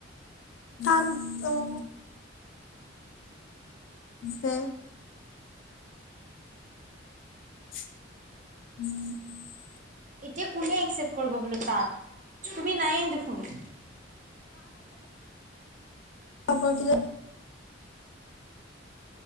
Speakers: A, on the left; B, on the right.
A: তাত অঁ ছে উম
B: এতিয়া কোনে একচেপ্ট কৰিব বোলো তাত তুমি নাই দেখোন
A: ত কি য